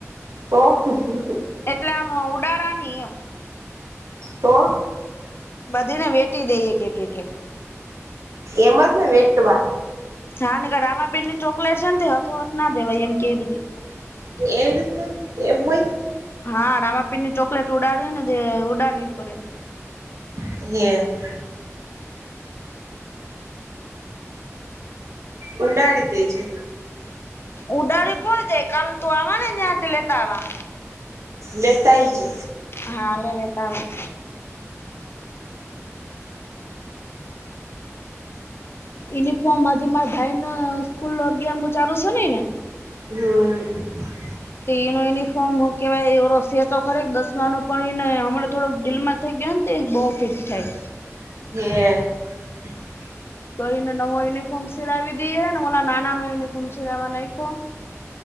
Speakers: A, on the right; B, on the left.
A: તો?
B: એટલે આમ ઉડારા ની એમ.
A: તો?
B: બધીને વેચી દઈએ એક એક એક.
A: એમજ ને વેટવા.
B: હા નકર રામાપીરની ચોકલેટ છે ન તે હથોહથ ના દેવાય એમ કે હે બધી.
A: એવી રીતના એમ હોય.
B: હા રામાપીર ની ચોકલેટ ઉડાડી ને ઉડાડવી પડે.
A: <unintelligible> ઉંડાડી દે છે.
B: ઉડાડી કોણ જાય કાલ તું આવા ને ત્યાંથી લેતા આવા.
A: લેતાય જે
B: હા લે લેતા આવા યુનિફોર્મ હજી મારા ભાઈ ન સ્કૂલ અગિયાર હું ચાલુ છે ઈ ને.
A: હમ્મ. હમ્મ
B: તે એનો યુનિફોર્મ હું કેવાય ઓરો સે તો ખરે દસમાનો પણ ઈને હમણાં થોડક દિલમાં <unintelligible> બો ફિટ થાય.
A: <unintelligible>
B: તો એને નવો યુનિફોર્મ સિલાવી દઈએ ને ઓલ નાના નૉ યુનિફોર્મ સિલાવા નાંયખો.